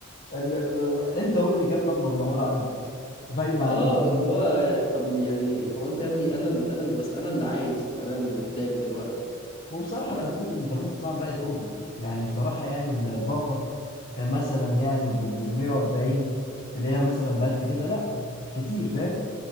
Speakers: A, on the left; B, on the left.
A: ايه ال... ال- انت قول لي كام لمبه منوره عندك باينه
B: اه
A: عندك كام لمبة.
B: اللي هو طب يعني هو انت يا ابني انا اللي انا اللي بس انا اللي عايز انا اللي محتاج دلوقتي
A: وبصراحه
B: فلا
A: خدمات الانترنت صعب بقت اوفر يعني بصراحه يعني ال- الباقه آه، مثلا يعني ب ب 140 تلاقيها مثلا بقد كده لا كتير فاهم